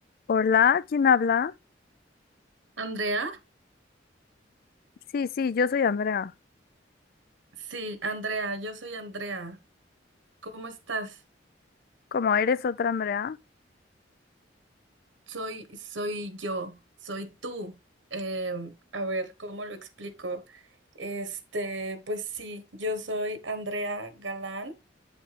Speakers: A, on the left; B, on the right.
A: Hola, ¿quién habla?
B: Andrea,
A: Sí, sí, yo soy Andrea.
B: sí, Andrea, yo soy Andrea. ¿Cómo estás?
A: ¿Cómo eres otra Andrea?
B: Soy, soy yo, soy tú. Em, a ver, ¿cómo lo explico? Este, pues sí, yo soy Andrea Galán,